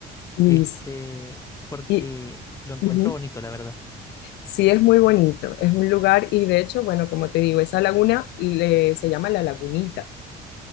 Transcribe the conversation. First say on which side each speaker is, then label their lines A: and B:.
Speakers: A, on the left; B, on the left.
A: Y,
B: Este, porque
A: y
B: lo encuentro
A: ujú,
B: bonito, la verdad.
A: sí, es muy bonito, es un lugar y de hecho, bueno, como te digo, esa laguna le- se llama La Lagunita.